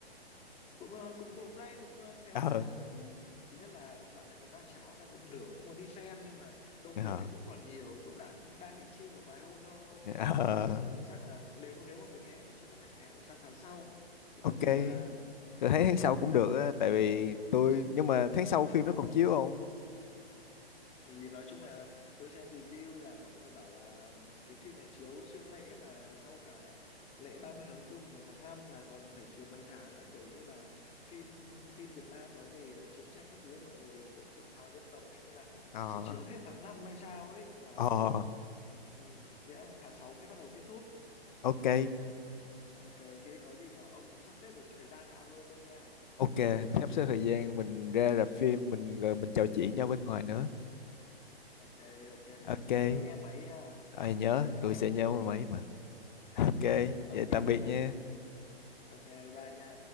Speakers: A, on the left; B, on the left.
A: cũng ờ, cũng cũng nay cũng ờ, xem
B: ờ
A: như là bởi vì thứ nhất là dạo này cũng đang chán là cũng nửa cũng muốn đi xem nhưng mà công
B: ờ
A: việc thì cũng còn nhiều cũng đang đang định chill một vài hôm thôi
B: ờ
A: thì ờ, chắc là nếu nếu mà mình hẹn thì chắc cũng phải hẹn là sang tháng sau thì
B: ok
A: có gì là
B: tôi thấy tháng
A: ok
B: sau cũng được
A: thế
B: á tại vì tôi nhưng mà tháng sau phim nó còn chiếu không
A: thì nói chung là tôi xem review là mọi người bảo là cái phim này chiếu xuyên lễ mà sau cả lễ 30 tháng tư mùng 1 tháng 5 là còn phải chiếu mấy tháng nữa kiểu như là phim phim Việt Nam nói về ờ, chiến tranh các thứ ấy mọi người kiểu tự hào dân tộc hình như là
B: ờ
A: phải chiếu hết tháng 5 hay sao ấy là
B: ờ
A: ừ, ừ, nghĩa là tháng 6 mới bắt đầu kết thúc
B: ok
A: ừ, ok thế có gì mà ông mà sắp xếp được thời gian thì alo tôi nha
B: ok sắp xếp thời gian mình ra rạp phim mình rồi mình trò chuyện nhau bên ngoài nữa
A: ok ok
B: ok
A: nhớ nghe máy nha
B: ờ, nhớ
A: nhớ nghe
B: tôi
A: máy
B: sẽ
A: nha
B: nhớ mười mấy mà ok
A: <laughs>
B: vậy
A: ok
B: tạm biệt nha
A: ok ok bye nha